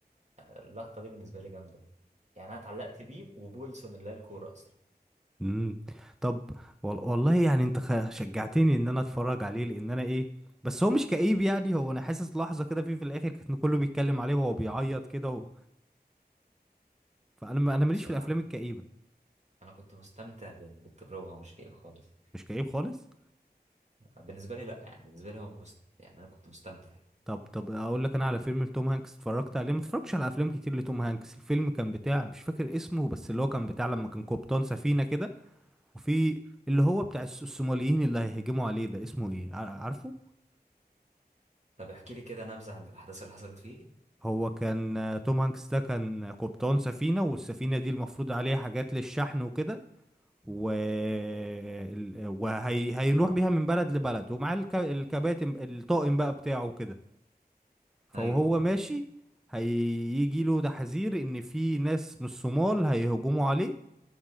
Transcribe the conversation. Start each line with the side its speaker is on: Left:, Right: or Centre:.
Right: آه، اللقطه دي بالنسبه لي جامده يعني انا اتعلقت بيه وبويلسون اللي هي الكوره اصلا
Centre: امم طب وال- والله يعني انت خ- شجعتني ان انا اتفرج عليه لان انا ايه بس هو مش كئيب يعني هو انا حاسس لحظة كده فيه في الاخر كان كله بيتكلم عليه وهو بيعيط كده و... فانا ما-
Right: لا،
Centre: انا ماليش
Right: بصراحه
Centre: في الافلام الكئيبة
Right: انا كنت مستمتع ب- بالتجربه هو مش كئيب خالص
Centre: مش كئيب خالص
Right: بالنسبه لي لا يعني بالنسبه لي هو مست... يعني انا كنت مستمتع
Centre: طب طب اقول لك انا على فيلم لتوم هانكس اتفرجت عليه ما اتفرجتش على افلام كتير لتوم هانكس الفيلم كان بتاع مش فاكر اسمه بس اللي هو كان بتاع لما كان قبطان سفينة كده وفي اللي هو بتاع الس- الصوماليين اللي هيهجموا عليه ده اسمه ايه ع- عارفه
Right: طب احكي لي كده نبذة عن الأحداث اللي حصلت فيه
Centre: هو كان آه، توم هانكس ده كان قبطان سفينة والسفينة دي المفروض عليها حاجات للشحن وكده و ال- وهي... هيروح بيها من بلد لبلد ومعاه الك... الكباتن الطاقم بقى بتاعه كده فوهو
Right: أيوه
Centre: ماشي هيجي له تحذير ان في ناس من الصومال هيهجموا عليه